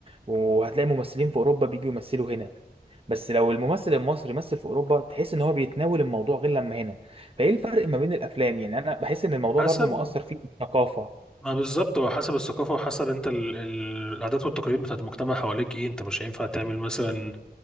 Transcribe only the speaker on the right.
وهتلاقي ممثلين في اوروبا بيجوا يمثلوا هنا بس لو الممثل المصري مثل في اوروبا تحس ان هو بيتناول الموضوع غير لما هنا فايه الفرق ما بين الافلام يعني انا بحس ان الموضوع
برضو مؤثر فيه الثقافه